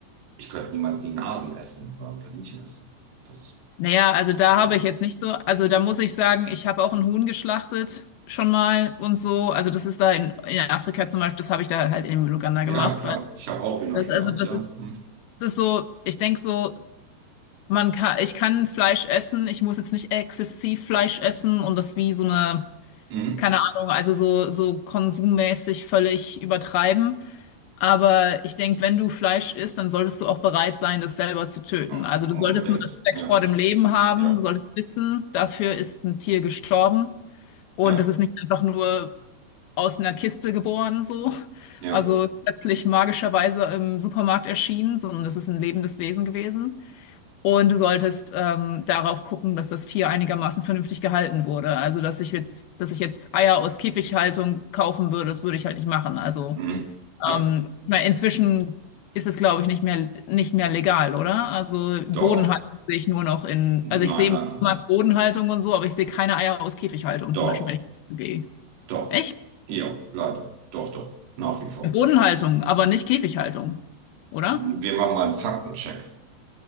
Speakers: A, on the right; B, on the left.
A: ich könnt niemals nie einen Hasen essen oder ein Kaninchen essen. Das.
B: Naja, also da habe
A: So.
B: ich jetzt nicht so, also da muss ich sagen, ich habe auch ein Huhn geschlachtet schon mal und so. Also das ist da in, in Afrika zum Beispiel, das habe ich da halt in Uganda
A: Ja,
B: gemacht,
A: klar.
B: weil
A: Ich habe auch Hühner
B: das,
A: schon
B: also
A: gehabt,
B: das
A: ja.
B: ist
A: Mhm.
B: Es ist so, ich denke so, man kann, ich kann Fleisch essen, ich muss jetzt nicht exzessiv Fleisch essen und das wie so eine,
A: Mhm.
B: keine Ahnung, also so, so konsummäßig völlig übertreiben. Aber ich denke, wenn du Fleisch isst, dann solltest du auch bereit sein, das selber zu töten.
A: Ja,
B: Also du
A: unbedingt.
B: solltest einen Respekt
A: Ja,
B: vor dem Leben haben,
A: ja,
B: du solltest wissen, dafür ist ein Tier gestorben und
A: ja,
B: das ist nicht einfach nur aus einer Kiste geboren, so.
A: ja.
B: Also plötzlich magischerweise im Supermarkt erschienen, sondern das ist ein lebendes Wesen gewesen. Und du solltest ähm, darauf gucken, dass das Tier einigermaßen vernünftig gehalten wurde. Also, dass ich jetzt, dass ich jetzt Eier aus Käfighaltung kaufen würde, das würde ich halt nicht machen. Also,
A: Mhm. Ja,
B: ähm, weil inzwischen ist es, glaube ich, nicht mehr, nicht mehr legal, oder? Also, Bodenhaltung
A: doch.
B: sehe ich nur noch in,
A: Nein,
B: also ich sehe
A: nein, nein.
B: immer Bodenhaltung und so, aber ich sehe keine Eier aus Käfighaltung,
A: Doch,
B: zum Beispiel, wenn ich gehe.
A: doch.
B: Echt?
A: Ja, leider. Doch, doch. Nach wie vor.
B: Bodenhaltung, aber nicht Käfighaltung, oder?
A: Mhm. Wir machen mal einen Faktencheck.